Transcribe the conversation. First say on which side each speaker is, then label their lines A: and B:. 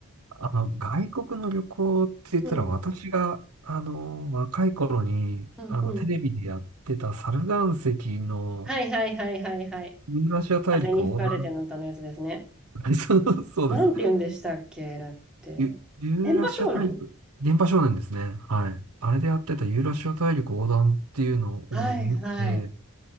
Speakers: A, on the right; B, in the centre.
A: あの、外国の旅行って言ったら、
B: うん、
A: 私が、あの、若い頃に、
B: うん、
A: あの、
B: うん。
A: テレビでやってたサル岩石の
B: はいはいはいはいはい。
A: ユーラシア大陸横断、
B: 風に吹かれての歌のやつですね。
A: <laughs> そうそうです。
B: なんて言うんでしたっけ、だって。
A: ユユーラシア大陸、
B: 電波少年
A: 電波少年ですね。はい。あれでやってたユーラシア大陸横断っていうのを見て、
B: はいはい。